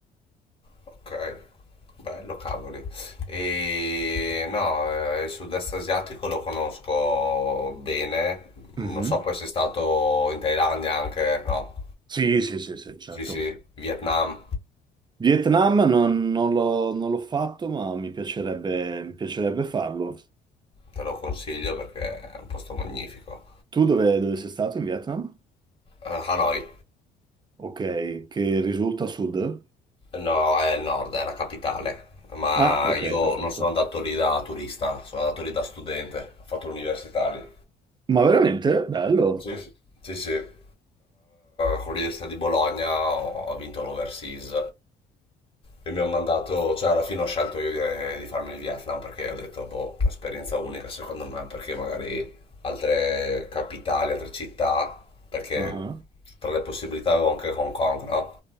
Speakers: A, on the left; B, on the right.
A: ok. Bello, cavoli. E no, eh, il sud-est asiatico lo conosco bene. Non
B: Mhm.
A: so poi se è stato in Thailandia anche, no.
B: Sì, sì, sì, sì, certo.
A: Sì, sì, Vietnam,
B: Vietnam non, non l'ho non l'ho fatto, ma mi piacerebbe, mi piacerebbe farlo.
A: te lo consiglio perché è un posto magnifico.
B: Tu dove, dove sei stato in Vietnam?
A: Eh, Hanoi.
B: Ok, che risulta a sud?
A: No, è il nord, è la capitale. Ma
B: Ah, ok,
A: io
B: perfetto.
A: non sono andato lì da turista, sono andato lì da studente. Ho fatto l'università lì.
B: Ma veramente? Bello.
A: Sì, sì, sì. sì. Eh, con l'Università di Bologna ho, ho vinto l'Overseas e mi hanno mandato, cioè alla fine ho scelto io di, di farmi il Vietnam perché ho detto, boh, un'esperienza unica secondo me, perché magari altre capitali, altre città, perché
B: Ah.
A: tra le possibilità avevo anche Hong Kong, no?